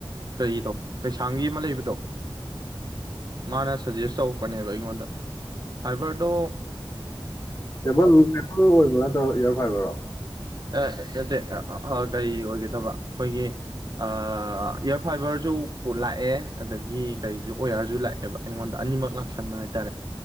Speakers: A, on the right; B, on the left.
A: ꯀꯔꯤꯗꯣ ꯀꯩꯁꯥꯝꯕꯤ ꯑꯃ ꯂꯩꯕꯗꯣ ꯃꯥꯅ ꯁꯖꯦꯁ ꯇꯧꯔꯛꯄꯅꯦꯕ ꯑꯩꯉꯣꯟꯗ ꯐꯥꯏꯕꯔꯗ
B: ꯀꯦꯕꯜ ꯀꯦꯕꯜ ꯑꯣꯏꯕ꯭ꯔꯣ ꯅꯠꯇ꯭ꯔꯣ ꯏꯌꯥꯔ ꯐꯥꯏꯕꯔꯣ
A: ꯑꯦ ꯅꯠꯇ ꯀꯔꯤ ꯑꯣꯏꯒꯦꯗꯕ ꯑꯩꯈꯣꯏꯒꯤ ꯑ ꯏꯔ ꯐꯥꯏꯕꯔ ꯁꯨ ꯄꯠ ꯂꯥꯛꯑꯦ ꯑꯗꯒꯤ ꯀꯔꯤꯁꯨ ꯑꯣꯌꯥꯔꯁꯨ ꯂꯥꯛꯑꯦꯕ ꯑꯩꯉꯣꯟꯗ ꯑꯅꯤꯃꯛ ꯂꯥꯛꯁꯟꯕ ꯍꯥꯏꯇꯥꯔꯦ